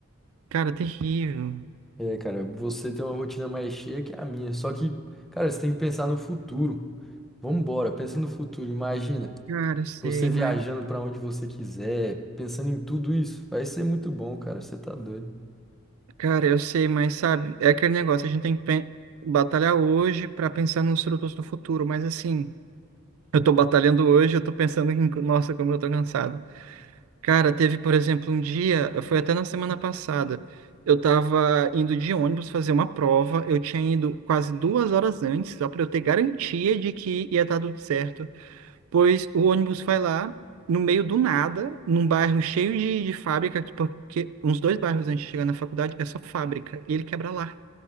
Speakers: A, on the right; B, in the centre.
A: Cara, terrível.
B: é, cara, você tem uma rotina mais cheia que a minha. Só que, cara, você tem que pensar no futuro. Vambora, pensa no futuro. Imagina.
A: Cara, eu sei,
B: Você viajando
A: mãe.
B: pra onde você quiser, pensando em tudo isso, vai ser muito bom, cara. Você tá doido.
A: Cara, eu sei, mas sabe, é aquele negócio, a gente tem que pen- batalhar hoje para pensar nos frutos do futuro, mas assim, eu tô batalhando hoje, eu tô pensando em, nossa, como eu tô cansado. Cara, teve, por exemplo, um dia, foi até na semana passada, eu tava indo de ônibus fazer uma prova, eu tinha ido quase duas horas antes, só para eu ter garantia de que ia estar tudo certo. Pois o ônibus vai lá, no meio do nada, num bairro cheio de, de fábrica, que- porque uns dois bairros antes de chegar na faculdade é só fábrica, e ele quebra lá.